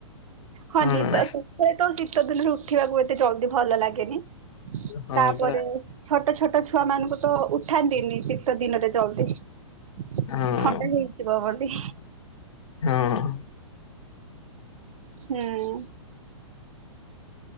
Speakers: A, on the right (about 85°); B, on the left (about 65°).
A: ହଁ ନିଦ
B: ନା ନାଇଁ
A: ଶତ ତ ଶୀତ ଦିନରେ ଉଠିବାକୁ ଏତେ ଜଲ୍ଦି ଭଲ ଲାଗେନି।
B: ହଁ
A: ତାପରେ
B: ପରା।
A: ଛୋଟ ଛୋଟ ଛୁଆ ମାନଙ୍କୁ ତ ଉଠାନ୍ତିନି ଶୀତ ଦିନରେ ଜଲ୍ଦି। ଥଣ୍ଡା
B: ହଁ
A: ହେଇଯିବ ବୋଲି।
B: ହଁ।
A: ହୁଁ।